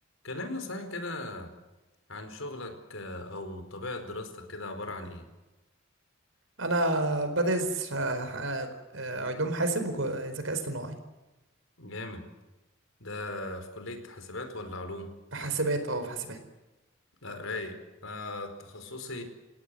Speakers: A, on the left; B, on the right.
A: كلمنا صحيح كده عن شغلك آه، أو طبيعة دراستك كده عبارة عن إيه؟
B: انا بدرس آه، ح- آه، علوم حاسب وذكاء اصطناعي
A: جامد ده في كلية حاسبات ولا علوم؟
B: في حاسبات اه في حاسبات
A: لا رايق أنا تخصصي